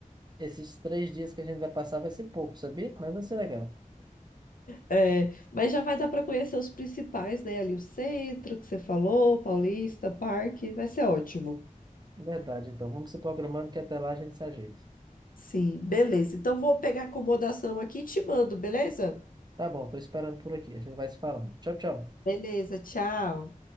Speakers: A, on the right; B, on the left.
A: esses três dias que a gente vai passar vai ser pouco, sabia? Mas vai ser legal.
B: É, mas já vai dar para conhecer os principais, né? Ali o centro que você falou, Paulista, Parque, vai ser ótimo.
A: Verdade, então. Vamos se programando que até lá a gente se ajeita.
B: Sim, beleza. Então vou pegar a acomodação aqui e te mando, beleza?
A: Tá bom, tô esperando por aqui. A gente vai se falando. Tchau, tchau.
B: Beleza, tchau.